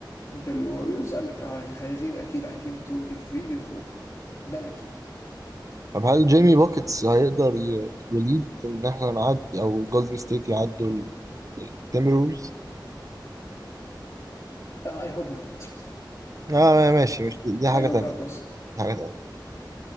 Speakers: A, on the left; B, on the right.
A: بالوريوز قال لك آه هيغيب اكيد عن جيم 2 جيم 3 وجيم 4 ده الاكيد
B: طب هل جيمي بوكيتس هيقدر ي- يليد ان احنا نعدي او الجولدن ستيت يعدوا التيمبرولز؟
A: اي هوب نوت
B: اه ماشي مش دي, دي حاجة
A: اي هوب
B: تانية
A: نوت
B: دي حاجة تانية